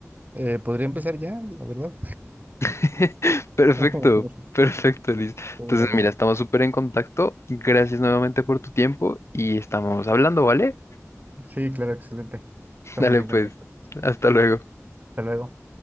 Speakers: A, on the right (about 30°); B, on the left (about 55°).
A: Eh, podría empezar ya, la verdad.
B: <laughs> Perfecto,
A: <laughs>
B: perfecto, Liz.
A: Mira,
B: Entonces,
A: mira.
B: mira, estamos súper en contacto. Gracias nuevamente por tu tiempo y estamos hablando, ¿vale?
A: Sí, claro, excelente.
B: <laughs>
A: Estamos
B: Dale,
A: en
B: pues,
A: contacto.
B: hasta luego.
A: Hasta luego.